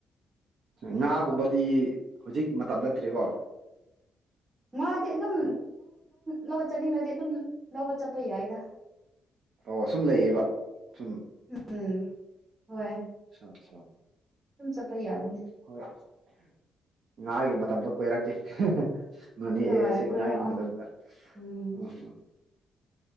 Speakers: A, on the right; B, on the right.
A: ꯉꯥꯒꯨꯝꯕꯗꯤ ꯍꯧꯖꯤꯛ ꯃꯇꯝ ꯅꯠꯇ꯭ꯔꯦꯀꯣ
B: ꯉꯗꯤ ꯑꯗꯨꯝ ꯂꯧꯕ ꯆꯠꯅꯤꯡꯂꯗꯤ ꯑꯗꯨꯝ ꯂꯧꯕ ꯆꯠꯄ ꯌꯥꯏꯗ
A: ꯑꯣ ꯁꯨꯝ ꯂꯩꯌꯦꯕ ꯁꯨꯝ
B: ꯎꯝ ꯍꯣꯏ
A: ꯑ
B: ꯑꯗꯨꯝ ꯆꯠꯄ ꯌꯥꯕꯅꯤ
A: ꯍꯣꯏ ꯉꯥꯒꯤ ꯃ ꯃꯇꯝꯗ ꯀꯣꯏꯔꯛꯀꯦ ꯅꯣꯅꯦ
B: ꯍꯣꯏ
A: ꯑꯦꯔꯤꯌꯥꯁꯦ
B: ꯀꯣꯏꯔꯛꯑꯣ
A: ꯉꯥꯒꯤ ꯃꯇꯝꯗ
B: ꯎꯝ
A: ꯎꯝꯝ